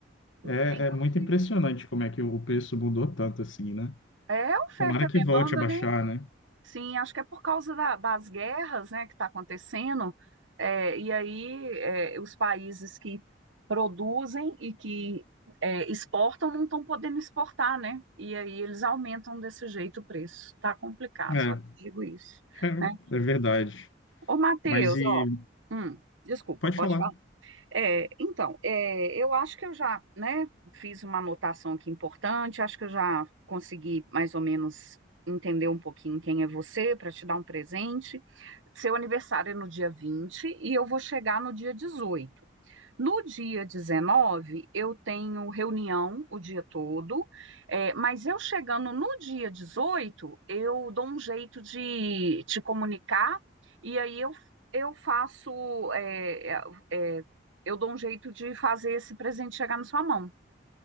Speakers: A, on the right (about 80°); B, on the left (about 80°).
A: o
B: É,
A: trem tá
B: é muito
A: feio.
B: impressionante como é que o preço mudou tanto assim, né?
A: É oferta
B: Tomara
A: e
B: que volte
A: demanda,
B: a baixar,
A: né?
B: né?
A: Sim, acho que é por causa da- das guerras, né, que está acontecendo, é, e aí é, os países que produzem e que é, exportam não estão podendo exportar, né? E aí eles aumentam desse jeito o preço. Tá complicado,
B: É,
A: só digo isso,
B: é,
A: né?
B: é verdade.
A: Ô, Matheus,
B: Mas e
A: ó, hum, desculpa,
B: pode
A: pode
B: falar.
A: falar. É, então, é, eu acho que eu já, né, fiz uma anotação aqui importante, acho que eu já consegui mais ou menos entender um pouquinho quem é você para te dar um presente. Seu aniversário é no dia 20 e eu vou chegar no dia 18. No dia 19 eu tenho reunião o dia todo, é, mas eu chegando no dia 18 eu dou um jeito de te comunicar e aí eu, eu faço, é, é, é, eu dou um jeito de fazer esse presente chegar na sua mão,